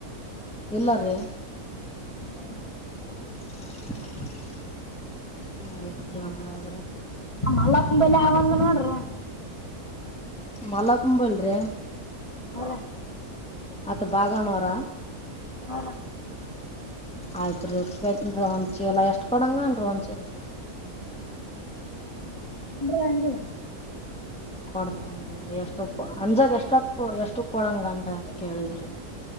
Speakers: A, in the centre; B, on the left.
A: ಇಲ್ಲಾರೀ
B: ಮ್ಮ ರೀ
A: <inaudible> ಆಯ್ತು ರೀ
B: ಯಾ
A: ಹಂಗಾದ್ರೆ
B: ಆ ಮಲ್ಲಪ್ಪಂಬಲಿ ಯಾವಂದು ನೋಡ್ರಿ
A: ಮಲ್ಲಪಂಬಲ್ ರೀ
B: ಹಾ ರೀ
A: ಅತ್ತ ಬಾಗಣೋರ
B: ಹು ರ್
A: ಆಯ್ತ್ ರೀ ಎಷ್ಟ್ಬೇಕೆಂನ್ರೀ ಒಂದ್ ಚೀಲ ಎಷ್ಟ್ ಕೊಡಂಗರೀ ಒಂದ್ ಚೀಲ
B: ಹ್ಮ್ಮ್-----ಡ್ರು ಯಂನ್ರೀ
A: ಕೊಡ್ತನ್ರೀ ಎಷ್ಟೊ ಕೊ ಅಂಜದ್ ಎಷ್ಟತ್ ಎಷ್ಟು ಕೊಡಂಗಂದ ಅಂತ್ ಕೇಳಿದ್ರಿ